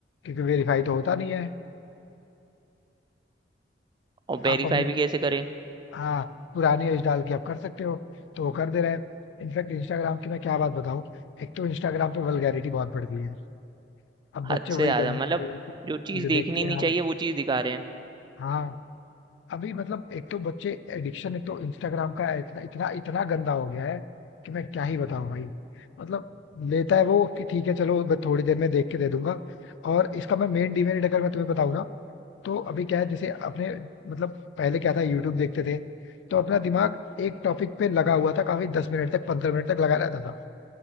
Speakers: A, on the left; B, on the right.
A: क्योंकि वेरीफाई तो होता नहीं है
B: और वेरीफाई
A: आप अपनी
B: भी कैसे करें
A: हाँ पुरानी एज डाल के आप कर सकते हो तो वो कर दे रहे हैं इनफैक्ट इंस्टाग्राम की मैं क्या बात बताऊं एक तो इंस्टाग्राम पे वल्गैरिटी बहुत बढ़ गई है अब बच्चे
B: हद से
A: वही
B: ज्यादा
A: गंदी
B: मतलब
A: चीजें
B: जो चीज देखनी
A: देखते हैं
B: नहीं
A: यार
B: चाहिए वो चीज दिखा रहे हैं
A: हाँ अभी मतलब एक तो बच्चे एडिक्शन एक तो इंस्टाग्राम का इतना इतना इतना गंदा हो गया है कि मैं क्या ही बताऊं भाई मतलब लेता है वो कि ठीक है चलो मैं थोड़ी देर में देख के दे दूंगा और इसका मैं मेन डिमेरिट अगर मैं तुम्हें बताऊं ना तो अभी क्या है जैसे अपने मतलब पहले क्या था यूट्यूब देखते थे तो अपना दिमाग एक टॉपिक पे लगा हुआ था काफी दस मिनट तक पंद्रह मिनट तक लगा रहता था